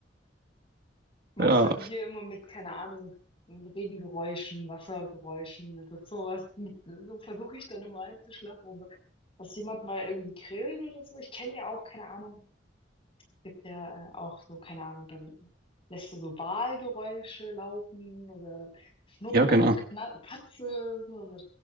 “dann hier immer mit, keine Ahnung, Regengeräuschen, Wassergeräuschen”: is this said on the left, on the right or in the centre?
Left